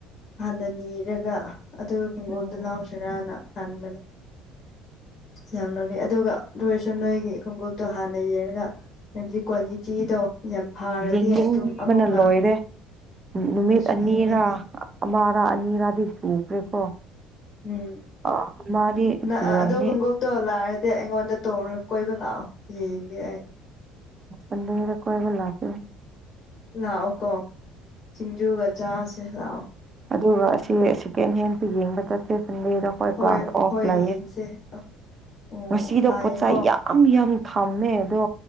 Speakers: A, on the left; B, on the right.
A: ꯍꯥꯟꯅ ꯅꯤꯔꯒ ꯑꯗꯨꯒ ꯈꯣꯡꯎꯣꯞꯇ
B: ꯎꯝ
A: ꯂꯥꯎꯁꯤꯔꯅ ꯈꯟꯕꯅꯦ ꯌꯥꯝ ꯂꯧꯅꯤ ꯑꯗꯨꯒ ꯑꯗꯨꯣꯏꯔꯁꯨ ꯅꯣꯏꯒꯤ ꯈꯣꯡꯎꯞꯇꯣ ꯍꯥꯟꯅ ꯌꯦꯡꯉꯒ ꯍꯥꯏꯕꯗꯤ ꯀ꯭ꯋꯥꯂꯤꯇꯤꯗꯣ ꯌꯥꯝ ꯐꯥꯔꯗꯤ
B: ꯂꯤꯡꯕꯅ
A: ꯑꯗꯨꯝ ꯑꯃꯨꯛ ꯂꯥꯎꯅꯤ
B: ꯂꯣꯏꯔꯦ ꯅꯨꯃꯤꯠ
A: ꯑꯩꯁꯨ
B: ꯑꯅꯤꯔꯥ
A: ꯌꯦꯡꯅꯤꯡꯉꯦ
B: ꯕꯥꯔꯥ ꯑꯅꯤꯔꯥꯗꯤ ꯁꯨꯈ꯭ꯔꯦꯀꯣ
A: ꯎꯝ
B: ꯑ ꯃꯥꯗꯤ
A: ꯅꯪ
B: ꯁꯨꯔꯝꯅꯤ
A: ꯑꯗꯣ ꯈꯣꯡꯎꯣꯞꯇꯧꯂꯩꯔ ꯑꯩꯉꯣꯟꯗ ꯇꯣꯡꯉꯒ ꯀꯣꯏꯕ ꯂꯥꯛꯑꯣ ꯌꯦꯡꯒꯦ ꯑꯩ
B: ꯑꯟꯗꯔꯣꯗ ꯀꯣꯏꯕ ꯂꯛꯀꯦ
A: ꯂꯥꯛꯑꯣ ꯀꯣ ꯁꯤꯡꯖꯨꯒ ꯆꯥꯁꯦ ꯂꯥꯛꯑꯣ
B: ꯑꯗꯨꯒ ꯑꯁꯤ ꯁꯦꯀꯦꯟ ꯍꯦꯟꯁꯨ ꯌꯦꯡꯕ ꯆꯠꯁꯦ ꯗꯦꯗ ꯑꯩꯈꯣꯏ
A: ꯍꯣꯏ
B: ꯀ꯭ꯂꯥꯁ ꯑꯣꯐ
A: ꯍꯣꯏ
B: ꯂꯩꯌꯦ
A: ꯌꯦꯡꯁꯦ ꯑꯣ
B: ꯉꯁꯤꯗꯧ
A: ꯐꯥꯏꯌꯦꯀꯣ
B: ꯄꯣꯠꯆꯩ ꯌꯥꯝ ꯌꯥꯝ ꯈꯝꯃꯦ ꯑꯗꯣ